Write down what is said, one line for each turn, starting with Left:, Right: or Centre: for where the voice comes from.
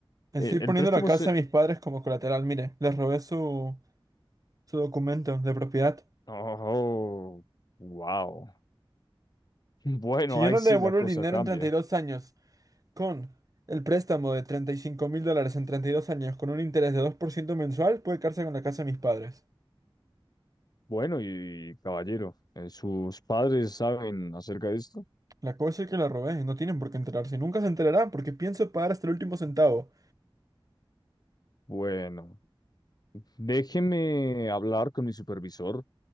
Right: Estoy
Left: Eh,
Right: poniendo
Left: el préstamo
Right: la casa
Left: se...
Right: de mis padres como colateral. Mire, les robé su, su documento de propiedad.
Left: Oh, wow. <laughs> Bueno,
Right: Si yo
Left: ahí
Right: no
Left: sí
Right: le devuelvo
Left: la cosa
Right: el dinero
Left: cambia.
Right: en treinta y dos años, con el préstamo de 35 mil dólares en 32 años, con un interés de 2% mensual, puede quedarse con la casa de mis padres.
Left: Bueno, y caballero, eh, ¿sus padres saben acerca de esto?
Right: La cosa es que la robé, no tienen por qué enterarse, nunca se enterarán porque pienso pagar hasta el último centavo.
Left: Bueno, déjeme hablar con mi supervisor.